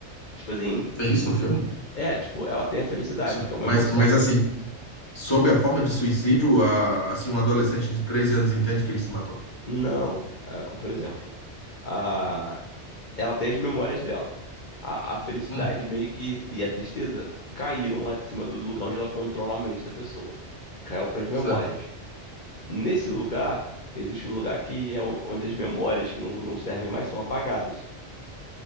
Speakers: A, on the left; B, on the left.
A: Tipo assim,
B: tem isso no filme?
A: é, tipo, ela tem a felicidade,
B: So-
A: que é uma
B: Mas,
A: emoção.
B: mas assim, sob a forma de suicídio, a- assim, um adolescente de 13 anos entende que ele se matou.
A: Não, é, por exemplo, a, ela tem as memórias dela. A, a felicidade
B: Hum,
A: meio que e a tristeza caíram lá de cima do lugar onde ela controla a mente da pessoa. Caiu pras memórias.
B: certo.
A: Nesse lugar, existe um lugar que é on- onde as memórias que não, não servem mais são apagadas.